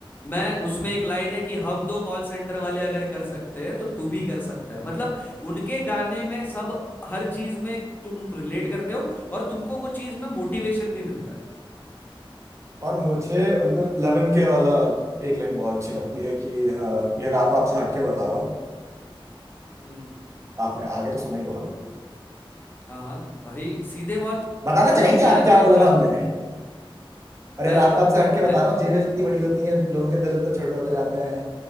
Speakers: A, on the left; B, on the right.
A: मैं उसमें एक लाइन है कि हम दो कॉल सेंटर वाले अगर कर सकते हैं तो तू भी कर सकता है मतलब उनके गाने में सब हर चीज में तुम रिलेट करते हो और तुमको वो चीज में मोटिवेशन भी मिलता है
B: और मुझे उनका लेवन के वाला एक लाइन बहुत अच्छी लगती है कि अ, ये रात आपसे हटके बता रहा हूँ
A: हम्म
B: आपने आगे तो सुना ही होगा
A: हाँ हाँ भाई सीधे मौत
B: बताना
A: मतलब
B: चाहेंगे
A: मैं
B: आप क्या
A: तो इतना
B: बोला था हमने
A: मैं
B: और ये रात आपसे हटके बता
A: मैं
B: रहा हूँ जेबें जितनी बड़ी होती हैं लोगों के दिल तो छोटे होते जाते हैं